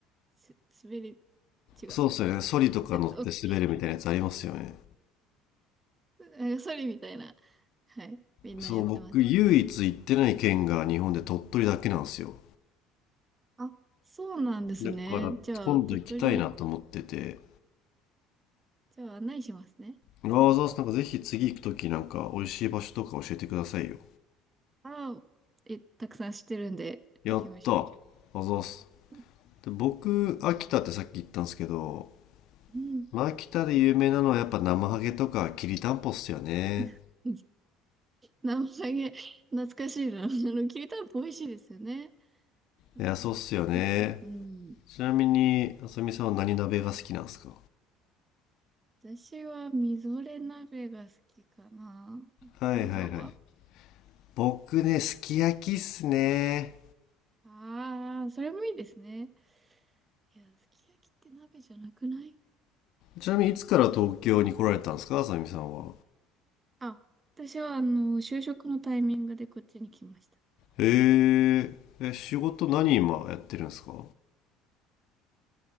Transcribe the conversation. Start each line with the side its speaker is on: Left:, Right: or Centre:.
Right: す滑り、違う。
Left: そうっすよね。ソリとか乗って滑るみたいなやつありますよね。
Right: えっと、<laughs> なんかソリみたいな。はい。みんなやってます。
Left: そう、僕、唯一行ってない県が日本で鳥取だけなんですよ。
Right: あ、そうなんですね。
Left: だから、
Right: じゃあ、
Left: 今度行きたいなと思ってて、
Right: 鳥取、じゃあ案内しますね。
Left: わざわざなんかぜひ次行くときなんか美味しい場所とか教えてくださいよ。
Right: ああ、え、たくさん知ってるんで、
Left: やったわざわざ
Right: 行きましょう。
Left: で僕、秋田ってさっき言ったんですけど、
Right: うん。
Left: まあ、秋田で有名なのはやっぱ生ハゲとかきりたんぽっすよね。
Right: <laughs> 生ハゲ、<laughs> 懐かしいな。あの、きりたんぽ美味しいですよね。
Left: いや、
Right: そう。
Left: そうっすよね。
Right: な、うん。
Left: ちなみに、あさみさんは何鍋が好きなんですか
Right: 私は、みぞれ鍋が好きかな。
Left: はいはいはい。
Right: りょうさんは
Left: 僕ね、すき焼きっすね。
Right: ああー、それもいいですね。いや、すき焼きって鍋じゃなくない
Left: ちなみにいつから東京に来られたんですかあさみさんは。
Right: あ、私は、あの、就職のタイミングでこっちに来ました。
Left: へえ。え、仕事何今やってるんですか